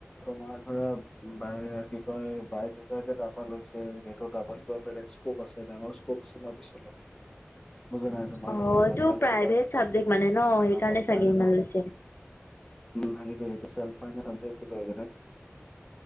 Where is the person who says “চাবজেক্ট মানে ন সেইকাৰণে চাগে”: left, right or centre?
Left